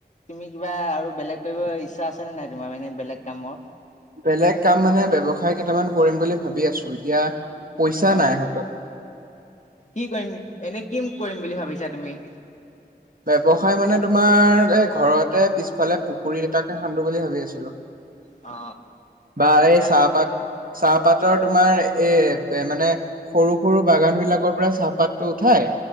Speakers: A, on the left (about 45°); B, on the right (about 55°).
A: তুমি কিবা আৰু বেলেগ কৰিব ইচ্ছা আছে নে নাই তোমাৰ এনে বেলেগ কামত।
B: বেলেগ কাম মানে ব্যৱসায় কেইটামান কৰিম বুলি ভাবি আছো এতিয়া, পইচা
A: অ
B: নাই হাতত।
A: কি কৰিম এনে কি কৰিম বুলি ভাবিছা তুমি?
B: ব্যৱসায় মানে তোমাৰ, এই ঘৰতে পিছফালে পুখুৰী এটাকে খান্দো বুলি ভাবি আছিলো।
A: অ
B: বা এই
A: অ
B: চাহপাত। চাহপাতৰ তোমাৰ এ মানে সৰু-সৰু বাগান বিলাকৰ পৰা চাহপাতটো উঠাই।